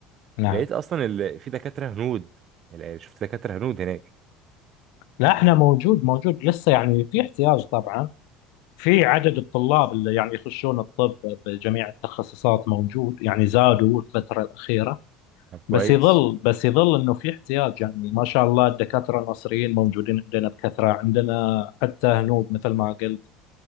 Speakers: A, on the left; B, on the right.
A: نعم
B: لقيت أصلا ال... في دكاترة هنود يعني شفت دكاترة هنود هناك
A: لا احنا موجود موجود لسه يعني في احتياج طبعا في عدد الطلاب اللي يعني يخشون الطب بجميع التخصصات موجود يعني زادوا الفترة الأخيرة
B: طب
A: بس
B: كويس
A: يظل بس يظل انه في احتياج يعني ما شاء الله الدكاترة المصريين موجودين عندنا بكثرة عندنا حتى هنود مثل ما قلت